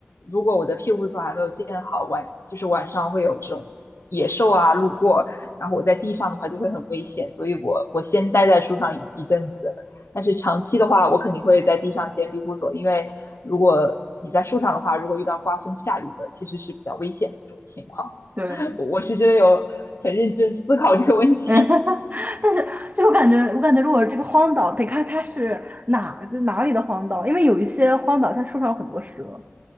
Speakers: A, on the left; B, on the right.
A: 如果我的庇护所还没有建好，晚就是晚上会有这种野兽啊路过，然后我在地上的话就会很危险，所以我我先待在树上一一阵子。但是长期的话，我肯定会在地上建庇护所，因为如果你在树上的话，如果遇到刮风下雨的，其实是比较危险的一种情况。
B: 对。
A: 我是真的有很认真思考这个问题。
B: 嗯，<laughs> 但是就是我感觉，我感觉如果这个荒岛得看它是哪哪里的荒岛，因为有一些荒岛它树上有很多蛇，